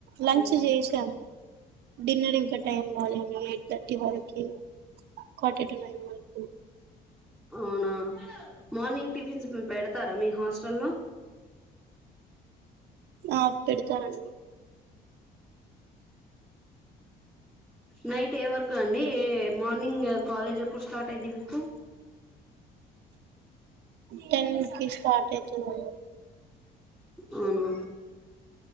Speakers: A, on the right; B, in the centre.
A: లంచ్
B: ఉ
A: చేసాము డిన్నర్ ఇంకా టైం కాలేదు థర్టీ వరకే ఫర్టీ టు నైన్ వరకు
B: అవునా మార్నింగ్ టిఫిన్స్ పెడతారా మీ హాస్టల్లో
A: ఆ పెడతారండి
B: నైట్ ఏ వరకు అండి ఏ మార్నింగ్ కాలేజ్ ఎప్పుడు స్టార్ట్ అయ్యిద్ది మీకు
A: టెన్ కి స్టార్ట్ అయితదండీ
B: అవునా